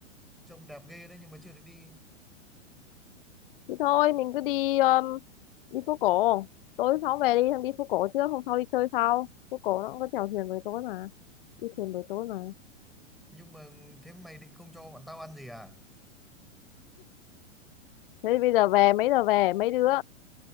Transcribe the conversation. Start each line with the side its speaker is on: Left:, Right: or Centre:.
Centre: trông đẹp ghê đấy nhưng mà chưa được đi.
Left: Thế thôi, mình cứ đi um, đi phố cổ. Tối thứ sáu về đi, xong đi phố cổ trước, hôm sau đi chơi sau. Phố cổ nó cũng có chèo thuyền buổi tối mà, đi thuyền buổi tối mà.
Centre: Nhưng mà thế mày định không cho bọn tao ăn gì à?
Left: Thế thì bây giờ về mấy giờ về mấy đứa?